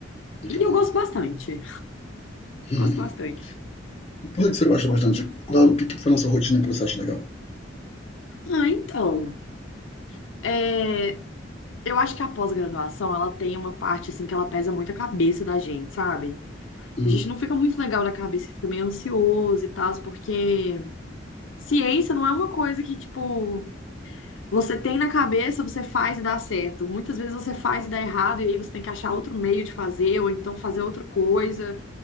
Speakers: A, on the left (about 30°); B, on the left (about 80°).
A: Muito
B: E
A: bom.
B: eu gosto bastante.
A: <laughs>
B: Gosto bastante.
A: E Por que você gosta bastante? Qual, o que que foi nessa rotina que você acha legal?
B: Ah, então. é, eu acho que a pós-graduação, ela tem uma parte, assim, que ela pesa muito a cabeça da gente, sabe?
A: Hum,
B: A gente não fica muito legal da cabeça, fica meio ansioso e tal, porque Ciência não é uma coisa que, tipo, você tem na cabeça, você faz e dá certo. Muitas vezes você faz e dá errado, e aí você tem que achar outro meio de fazer, ou então fazer outra coisa.